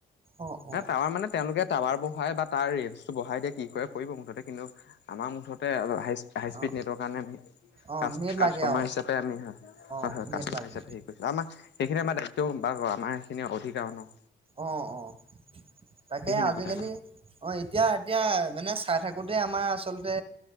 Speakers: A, on the right; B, on the left.
A: অ অ
B: টাৱাৰ মানে তেওঁলোকে টাৱাৰ বহ়াই বা তাৰ ৰেঞ্জটো বঢ়াই দিয়ে কি কৰে কৰিব মুঠতে কিন্তু আমাৰ মুঠত হয় আৰু হাই হাই স্পীড
A: অ
B: নেটৱৰ কাৰণে আমি
A: অ
B: কা
A: নেট
B: কাষ্টমাৰ
A: লাগে আৰু
B: হিচাপে আমি হয়
A: অ
B: হয় হয়
A: নেট
B: কাষ্টমাৰ
A: লাগে
B: হিচাপে হেৰি কৰিছিলোঁ আমাক সেইখিনি আমাৰ দায়িত্ব বা আমাৰ সেইখিনি অধিকাৰো ন
A: অ অ তাকে
B: সেইখিনি
A: আজিকালি
B: কথা
A: অ এতিয়া এতিয়া মানে চাই থাকোতে আমাৰ আচলতে